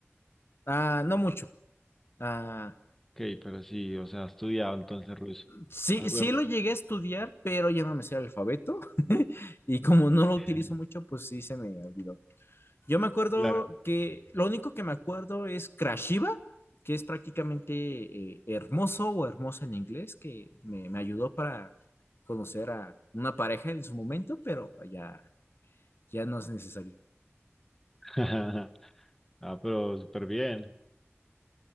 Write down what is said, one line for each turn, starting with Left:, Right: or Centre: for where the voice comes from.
Left: ah, no mucho. ah,
Centre: Ok, pero sí, o sea, ha estudiado entonces ruso.
Left: Sí,
Centre: Algo
Left: sí
Centre: de ruso.
Left: lo llegué a estudiar, pero ya no me sé el alfabeto <laughs> y como no lo utilizo
Centre: <laughs>
Left: mucho, pues sí se me olvidó. Yo me acuerdo
Centre: Claro.
Left: que lo único que me acuerdo es Krashiva, que es prácticamente eh, hermoso o hermosa en inglés, que me, me ayudó para conocer a una pareja en su momento, pero ya, ya no es necesario.
Centre: <laughs> Ah, pero súper bien.